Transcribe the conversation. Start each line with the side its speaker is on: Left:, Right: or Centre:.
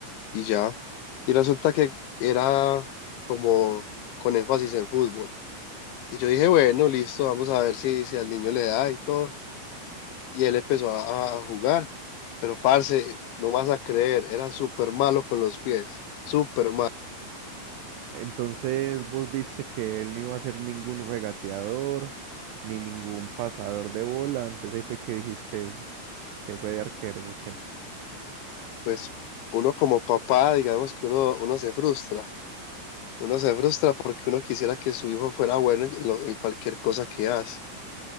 Left: y ya. Y resulta que era como con énfasis en fútbol. Y yo dije, bueno, listo, vamos a ver si, si al niño le da y todo. Y él empezó a, a jugar. Pero, parce, no vas a creer, era súper malo con los pies, súper malo.
Right: Entonces vos viste que él no iba a ser ningún regateador ni ningún pasador de bola. Entonces ahí fue que dijiste, se fue de arquero, ok.
Left: pues uno como papá, digamos que uno, uno se frustra, uno se frustra porque uno quisiera que su hijo fuera bueno en, lo- en cualquier cosa que hace,